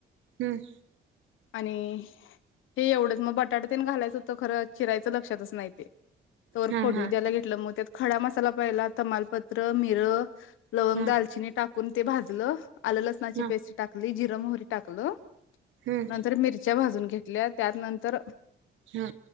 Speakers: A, on the right; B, on the left.
A: हम्म मम,
B: आणि हे एवढंच मग बटाट तेन घालायचं होत खरं चिरायचं लक्षातच नाही ते तोवर
A: हा
B: फोडणी
A: हा
B: द्यायला घेतलं मग त्यात खडा मसाला पाहिला तमालपत्र मिर लवंग
A: हा
B: दालचिनी टाकून ते भाजलं आलं लसणाची
A: हा
B: पेस्ट टाकली जिर मोहरी टाकलं
A: हम्म
B: नंतर मिरच्या भाजून घेतल्या त्यातनंतर.
A: हा